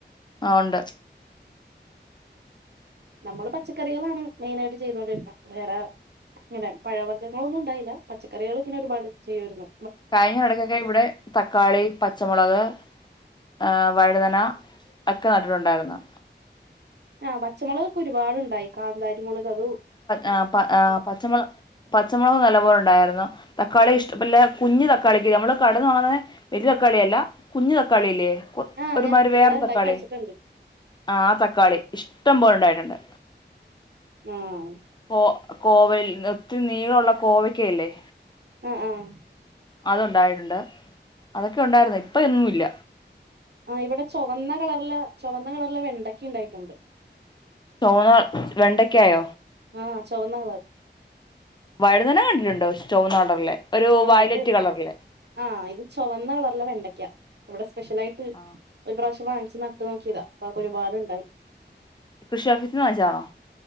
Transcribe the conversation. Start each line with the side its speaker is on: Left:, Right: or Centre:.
Left: ആഹ് ഉണ്ട്
Right: നമ്മള് പച്ചക്കറികളാണ് മെയ്നായിട്ട് ചെയ്തോണ്ടിരിക്കു വേറെ ഇങ്ങനെ പഴവർഗങ്ങളൊന്നും ഉണ്ടായില്ല പച്ചക്കറികൾ ഇങ്ങനെ ഒരുപാട് ചെയ്യൂആർന്നു
Left: കഴിഞ്ഞടക്കൊക്കെ ഇവടെ തക്കാളി പച്ചമുളക് ആ വഴുതനഒക്കെ നട്ടിട്ടുണ്ടായിരുന്നു
Right: ആഹ് പച്ചമുളകൊക്കെ ഒരുപാടുണ്ടായി കാന്താരിമുളക് അതു
Left: ആഹ് പ ആഹ് പ പച്ചമൊള പച്ചമൊളക് നല്ലപോലെണ്ടാര്ന്ന് തക്കാളി ഇഷ്ടം ഇല്ലെകുഞ്ഞ് തക്കാളിക്ക് നമ്മള് കടേന്നു വാങ്ങുന്നെ വെല്യതക്കാളിയെല്ല കുഞ്ഞു തക്കാളില്ലേ ഒ
Right: ആഹ്
Left: ഒരുമാതിരി
Right: ഞാൻ
Left: വേറൊരു
Right: ഇവിടെ ഉണ്ടാക്കി
Left: തക്കാളി
Right: കഴിച്ചിട്ടുണ്ട്
Left: ആഹ് ആ തക്കാളി ഇഷ്ടംപോലെ ഉണ്ടായിട്ടുണ്ട്
Right: ആഹ്
Left: കോ കോവല് ഒത്തിരി നീളവുള്ള കോവക്യഇല്ലേ
Right: ആഹ് ആഹ്
Left: അതുണ്ടായിട്ടുണ്ട് അതൊക്കെ ഉണ്ടായിരുന്നു ഇപ്പൊ എങ്ങുംഇല്ല
Right: ആഹ് ഇവിടെ ചൊവന്ന കളറിലെ ചൊവന്ന കളറിലെ വെണ്ടക്ക ഉണ്ടായിട്ടുണ്ട്
Left: ചൊവന്ന വെണ്ടക്കായോ
Right: ആഹ് ചൊവന്ന കളറ്
Left: വഴുതന കണ്ടിട്ടുണ്ട് ഒരു ചൊവന്ന കളറിലേ ഒരു
Right: ആഹ്
Left: വയലറ്റ്
Right: ഇത്
Left: കളറില്ലേ
Right: ആഹ് ഇത് ചൊവന്ന കളറിലെ വെണ്ടക്ക ഇവിടെ സ്പെഷ്യൽ ആയിട്ട്
Left: ആ
Right: ഒരു പ്രാവശ്യം വാങ്ങിച്ച് നട്ട് നോക്കിയതാ അപ്പൊ ഒരുപാടുണ്ടായി
Left: കൃഷി ഓഫീസിൽ നിന്ന് വാങ്ങിച്ചതാണോ